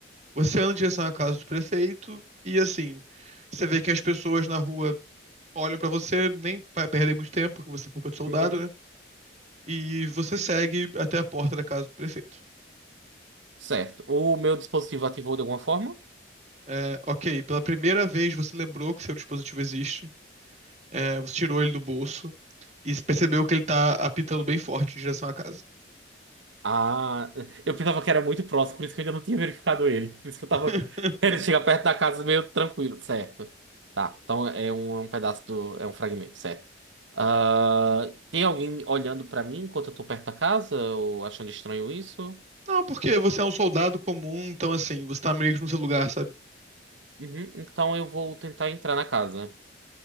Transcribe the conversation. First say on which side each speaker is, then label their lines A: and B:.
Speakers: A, on the right; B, on the right.
A: Você anda em direção à casa do prefeito e, assim, você vê que as pessoas na rua olham pra você, nem pra perder muito tempo, porque você é culpa de soldado,
B: Uhum,
A: né? E você segue até a porta da casa do prefeito.
B: Certo. O meu dispositivo ativou de alguma forma?
A: É, ok, pela primeira vez você lembrou que seu dispositivo existe, é, você tirou ele do bolso e percebeu que ele tá apitando bem forte em direção à casa.
B: Ah, eu pensava que era muito próximo, por isso que eu ainda não tinha verificado ele. Por isso que eu tava
A: <laughs>
B: querendo chegar perto da casa meio tranquilo, certo? Tá, então é um, é um pedaço do. É um fragmento, certo? Ah, tem alguém olhando pra mim enquanto eu tô perto da casa? Ou achando estranho isso?
A: Não, porque você é um soldado comum, então assim, você tá meio que no seu lugar, sabe?
B: Uhum, então eu vou tentar entrar na casa.